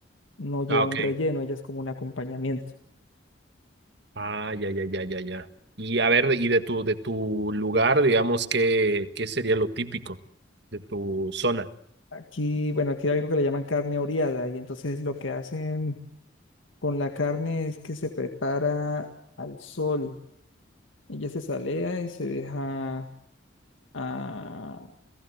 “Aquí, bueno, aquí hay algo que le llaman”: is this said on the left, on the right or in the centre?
Left